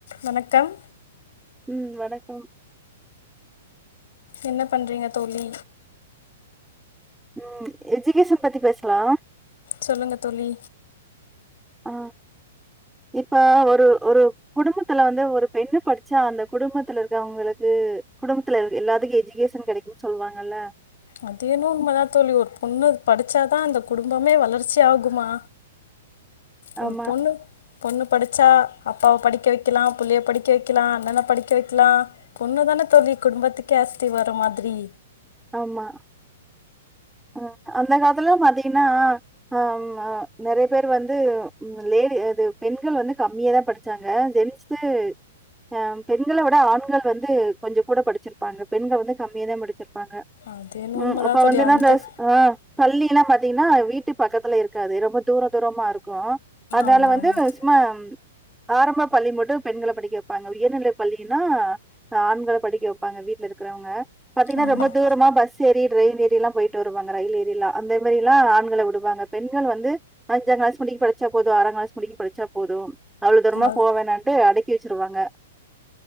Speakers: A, on the left (about 55°); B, in the centre.
A: வணக்கம்
B: உம் வணக்கம்
A: என்ன பண்றீங்க தோழி
B: ம் எஜகேஷன் பத்தி பேசலாம்
A: சொல்லுங்க தோழி
B: ஆ இப்ப ஒரு ஒரு குடுபத்துல வந்து ஒரு பெண்ணு படிச்சா அந்த குடும்பத்துல இருக்கவங்களுக்கு குடும்பத்துல இரு எல்லாத்துக்கும் எஜுகேஷன் கெடைக்குமுனு சொல்லுவாங்கல்ல
A: அதுஎன்னவோ உன்மதான் தோழி ஒரு பொண்ணு படிச்சாதான் அந்த குடும்பமே வளர்ச்சி ஆகுமா ஒரு
B: ஆமா.
A: பொண்ணு பொண்ணு படிச்சா அப்பாவ படிக்க வைக்கலாம் புள்ளைய படிக்க வைக்கலாம் அண்ணனை படிக்க வைக்கலாம் பொண்ணு தானே தோழி குடும்பத்துக்கே அஸ்தி வரம் மாதிரி
B: ஆமா ஹ அந்த காலத்துல பாத்தீங்கன்னா அஹ நெறைய பேர் வந்துலெடி அது பெண்கள் வந்து கம்மியேதான் படிச்சாங்க ஜென்ஸ் அஹ் பெண்களை விட ஆண்கள் வந்து கொஞ்சம் கூட படிச்சிருப்பாங்க பெண்கள் வந்து கம்மியேதான் படிச்சிருப்பாங்க பாஹ
A: அது என்ன
B: உம்
A: உண்மைதான்
B: அப்ப
A: தோழி
B: வந்துனா
A: அந்த
B: ஆஹ் பள்ளி பாத்தீங்கன்னா வீட்டு பக்கத்துல இருக்காது ரொம்ப தூர தூரமா இருக்கும் இருக்கும் அதனால
A: ஆமாம்
B: வந்து
A: ஆமாம்
B: சும்மா ஆரம்ப பள்ளி மட்டும் பெண்களை படிக்க வைப்பாங்க உயர்நிலை பள்ளி நா ஆண்களை படிக்க வைப்பாங்க வீடல இருக்கிறவங்க
A: ஆமாம்
B: ரொம்ப தூரமா பஸ் ஏரி ரெயில் ஏரிய எல்லாம் போயிட்டு வருவாங்க ரயில் ஏரியிலா அந்த மாதிரிலாம் ஆண்களை விடுவாங்க பெண்கள் வந்து அஞ்சாம் கிளாஸ் முடிக்க படிச்சா போதும் ஆறாம் கிளாஸ் முடிக்கும் படிச்சா போதும் அவ்வளவு தூரமா
A: அது
B: போவோனாட்டு அடைக்க பிரிச்சிடுவாங்க